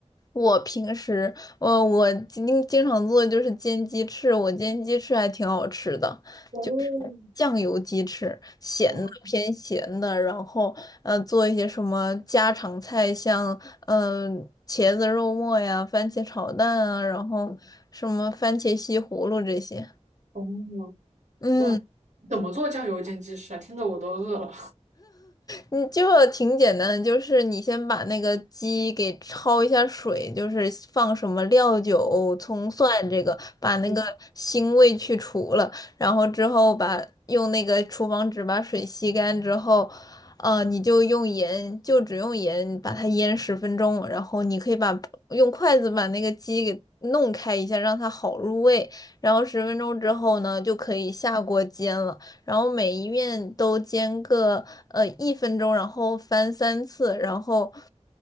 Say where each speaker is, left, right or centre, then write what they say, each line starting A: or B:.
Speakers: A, on the left; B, on the right.
A: 我平时，呃，我经经常做的就是煎鸡翅，我煎鸡翅还挺好吃的，
B: 哦，
A: 就是酱油鸡翅，咸的偏咸的，
B: 哦
A: 然后呃，做一些什么家常菜，像呃茄子肉末呀、番茄炒蛋啊，然后什么番茄西葫芦这些。
B: 哦
A: 嗯。
B: 哇，怎么做酱油煎鸡翅啊？听着我都饿了。
A: 你就挺简单的，就是你先把那个鸡给焯一下水，就是放什么料酒、葱蒜这个，把那个腥味去除了，
B: 嗯，
A: 然后之后把用那个厨房纸把水吸干之后，呃，你就用盐，就只用盐把它腌十分钟，然后你可以把用筷子把那个鸡给弄开一下，让它好入味，然后十分钟之后呢，就可以下锅煎了。然后每一面都煎个呃一分钟，然后翻三次，然后